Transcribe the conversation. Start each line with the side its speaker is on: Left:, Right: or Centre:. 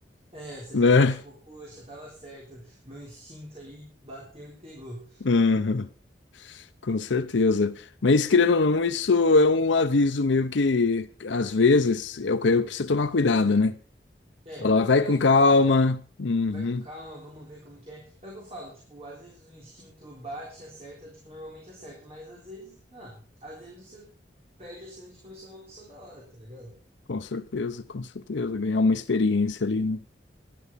Right: É, você
Left: né?
Right: fica tipo, poxa, tava certo, meu instinto ali bateu e pegou.
Left: Uhum. Com certeza. Mas, querendo ou não, isso é um aviso meio que, às vezes, é o que eu preciso tomar cuidado, né?
Right: É,
Left: Falar, vai
Right: é
Left: com
Right: o que
Left: calma.
Right: eu falo.
Left: Uhum.
Right: Vai com calma, vamos ver como que é. É o que eu falo, tipo, às vezes o instinto bate, acerta, tipo, normalmente acerta, mas às vezes, mano, às vezes você perde a chance de conhecer uma pessoa da hora, tá ligado?
Left: Com certeza, com certeza. Ganhar uma experiência ali, né?